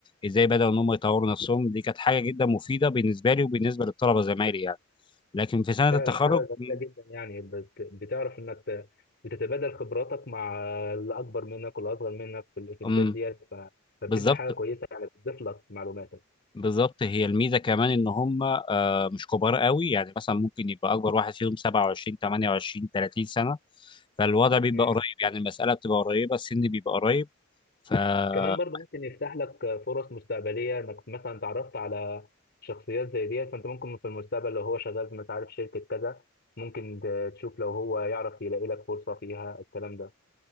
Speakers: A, on the left; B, on the left.
A: ازاي بداوا ان هم يطوروا نفسهم دي كانت حاجه جدا مفيده بالنسبه لي وبالنسبه للطلبه زمايلي يعني لكن في سنه
B: فعلا
A: التخرج
B: حاجة جميلة
A: م-
B: جدا يعني بت- بتعرف انك ت- بتتبادل خبراتك مع اللي اكبر منك واللي اصغر منك في الايفنتات
A: م-
B: ديت ف- فبتبقى
A: بالظبط
B: حاجة كويسة يعني بتضيف لك معلوماتك
A: بالظبط هي الميزه كمان ان هم آه، مش كبار قوي يعني مثلا ممكن يبقى اكبر واحد فيهم 27 28 30 سنه فالوضع بيبقى
B: امم
A: قريب يعني المساله بتبقى قريبه السن بيبقى قريب فبيبقى
B: كمان برضه ممكن يفتح لك فرص مستقبلية انك مثلا تعرفت على شخصيات زي ديت فانت ممكن في المستقبل لو هو شغال في مش عارف شركة كذا ممكن ت- تشوف لو هو يعرف يلاقي لك فرصة فيها الكلام ده